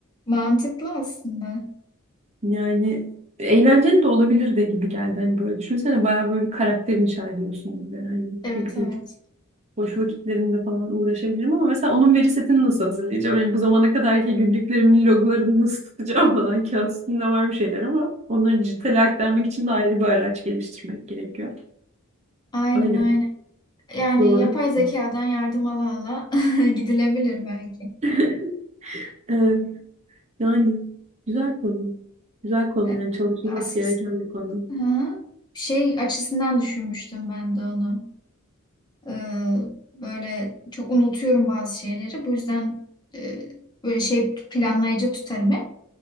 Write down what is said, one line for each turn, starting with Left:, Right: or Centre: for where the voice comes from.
Left: Mantıklı aslında.
Right: Yani eğlenceli de olabilirdi gibi geldi. Hani böyle düşünsene bayağı böyle bir karakter inşa ediyorsun gibi. Hani
Left: Evet
Right: ne bileyim
Left: evet.
Right: boş vakitlerimde falan uğraşabilirim ama mesela onun veri setini nasıl hazırlayacağım? Yani bu zamana kadarki günlüklerimin loglarını nasıl tutacağım falan. Kağıt üstünde var bir şeyler ama onları dijitale aktarmak için de ayrı bir araç geliştirmek gerekiyor.
Left: Aynen
Right: Öyle
Left: aynen.
Right: bir
Left: Yani
Right: zorluk.
Left: yapay zekadan
Right: <laughs>
Left: yardım ala ala <laughs> gidilebilir belki.
Right: Evet. Evet. Yani güzel konu. Güzel konu
Left: E,
Right: yani çalışılması
Left: Asist.
Right: gereken bir konu.
Left: Hı hı. Şey açısından düşünmüştüm ben de onu. Ee, böyle çok unutuyorum bazı şeyleri. Bu yüzden e, böyle şey planlayıcı tutarım hep.